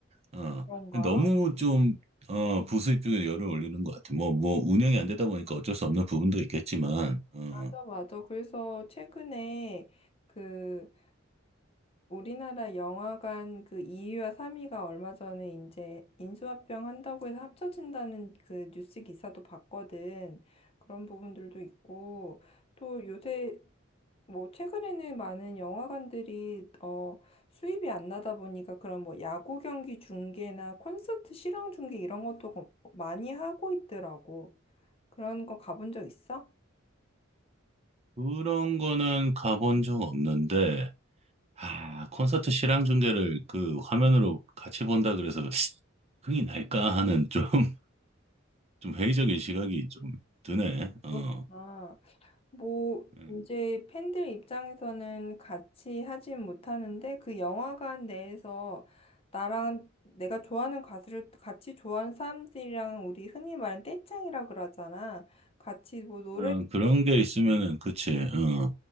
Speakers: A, on the right; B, on the left.
A: 어
B: 그런가?
A: 너무 좀 어
B: 음,
A: 부수입 쪽에 열을 올리는 것 같아. 뭐 뭐 운영이 안 되다 보니까 어쩔 수 없는 부분도 있겠지만 어.
B: 맞아, 맞아. 그래서 최근에 그 우리나라 영화관 그 2위와 3위가 얼마 전에 이제 인수합병 한다고 해서 합쳐진다는 그 뉴스 기사도 봤거든. 그런 부분들도 있고 또 요새 뭐 최근에는 많은 영화관들이 어 수입이 안 나다 보니까 그런 뭐 야구 경기 중계나 콘서트 실황 중계 이런 것도 거- 많이 하고 있더라고. 그런 거 가본 적 있어?
A: 그런 거는 가본 적 없는데, 아, 콘서트 실황 중계를 그 화면으로 같이 본다 그래서 흥이 날까 하는 좀, <laughs> 좀 회의적인 시각이 좀 드네. 어,
B: 그렇구나. 아. 뭐,
A: 음,
B: 이제 팬들 입장에서는 같이 하진 못하는데 그 영화관 내에서 나랑 내가 좋아하는 가수를 같이 좋아하는 사람들이랑 우리 흔히 말하는 떼짱이라 그러잖아. 같이 뭐 노래,
A: 어, 그런 게 있으면은, 그치. 어,